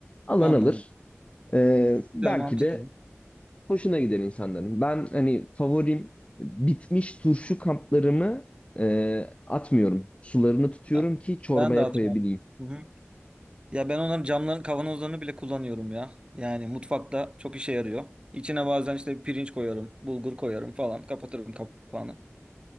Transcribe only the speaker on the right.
Anladım.
Güzel, mantıklı.
Ben
ben de atmam.
Hı hı. Ya ben onların camların kavanozlarını bile kullanıyorum ya. Yani mutfakta çok işe yarıyor. İçine bazen işte pirinç koyarım, bulgur koyarım falan. Kapatırım kapağını.